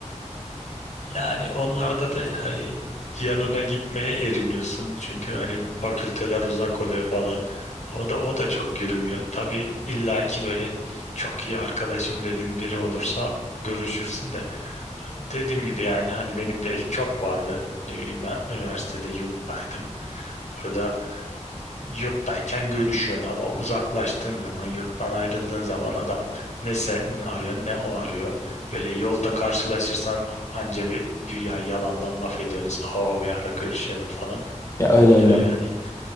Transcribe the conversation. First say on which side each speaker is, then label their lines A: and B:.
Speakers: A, on the left (about 70°); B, on the left (about 25°).
A: Yani onlarda da hani yanına gitmeye eriniyorsun. Çünkü hani fakülteler uzak oluyor falan. O da o da çok yürümüyor. Tabii illaki böyle çok iyi arkadaşım dediğin biri olursa görüşürsün de. Dediğim gibi yani hani benim de çok vardı. Ne bileyim ben üniversitede yurttaydım. Orada yurttayken görüşüyordu ama uzaklaştığın zaman yurttan ayrıldığın zaman adam ne sen arıyor ne o arıyor. Böyle yolda karşılaşırsan anca bir güya yalandan laf ediyorsunuz. Aa bir ara görüşelim falan.
B: Ya
A: O
B: öyle
A: oluyor
B: öyle.
A: yani.